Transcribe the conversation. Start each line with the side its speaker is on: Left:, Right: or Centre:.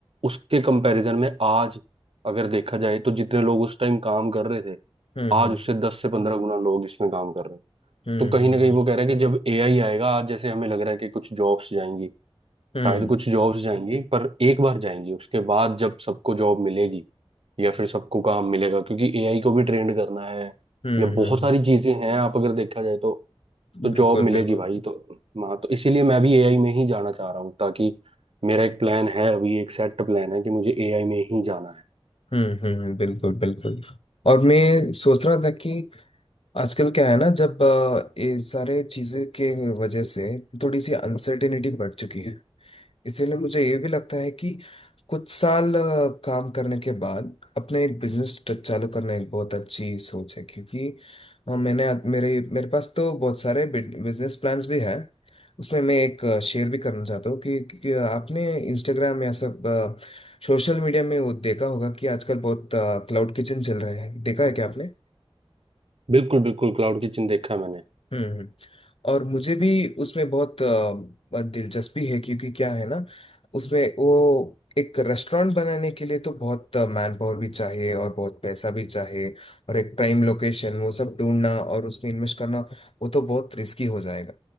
Right: उसके कंपैरिजन में आज अगर देखा जाए तो जितने लोग उस टाइम काम कर रहे थे
Left: हम्म
Right: आज उससे दस से पंद्रह गुना लोग इसमें काम कर रहे हैं
Left: हम्म
Right: तो कहीं
Left: हम्म
Right: ना कहीं वो कह रहा है कि जब एआई आएगा आज जैसे हमें लग रहा है कि कुछ जॉब्स जाएंगी
Left: हम्म
Right: शायद कुछ जॉब्स जाएंगी पर एक बार जाएंगी उसके बाद जब सबको जॉब मिलेगी या फिर सबको काम मिलेगा क्योंकि एआई को भी ट्रेंड करना है
Left: हम्म
Right: या बहुत
Left: हम्म,
Right: सारी चीजें हैं आप अगर देखा जाए तो तो
Left: बिल्कुल
Right: जॉब मिलेगी
Left: बिल्कुल
Right: भाई तो हाँ तो इसीलिए मैं भी एआई में ही जाना चाह रहा हूँ ताकि मेरा एक प्लान है अभी एक सेट प्लान है कि मुझे एआई में ही जाना है
Left: हम्म हम्म हम्म, बिल्कुल बिल्कुल और मैं सोच रहा था कि आजकल क्या है ना जब अ, ये सारे चीजें के वजह से थोड़ी सी अनसर्टेनिटी बढ़ चुकी है इसीलिए मुझे ये भी लगता है कि कुछ साल अ, काम करने के बाद अपने एक बिजनेस चालू करना एक बहुत अच्छी सोच है क्योंकि अ, मैंने आज- मेरे मेरे पास तो बहुत सारे बिजनेस प्लान्स भी है उसमें मैं एक शेयर भी करना चाहता हूँ कि, कि आपने इंस्टाग्राम या सब सोशल मीडिया में वो देखा होगा कि आजकल बहुत क्लाउड किचन चल रहे हैं देखा है क्या आपने
Right: बिल्कुल बिल्कुल क्लाउड किचन देखा है मैंने
Left: हम्म हम्म। और मुझे भी उसमें बहुत अ, दिलचस्पी है क्योंकि क्या है ना उसमें वो एक रेस्टोरेंट बनाने के लिए तो बहुत मैन पावर भी चाहिए और बहुत पैसा भी चाहिए और एक प्राइम लोकेशन वो सब ढूंढना और उसमें इन्वेस्ट करना वो तो बहुत रिस्की हो जाएगा